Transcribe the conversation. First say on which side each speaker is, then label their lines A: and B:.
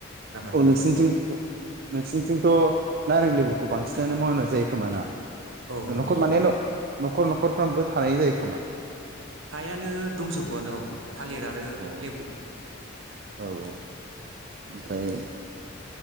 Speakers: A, on the right; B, on the right.
A: राबारनि
B: औ नोंसोरनिथिं
A: आबादबो
B: नोंसोरनिथिंथ' नारें लेबुखौ बांसिनानो मावनाय जायो खोमा ना
A: औ नंगौ
B: नखौ माने न न'खर न'खरफ्रामबो थानाय जायो खोमा
A: फ्रायानो दंजोब बोवानो औ थालिर आरो
B: औ
A: लेबु
B: औ औ ओमफ्राय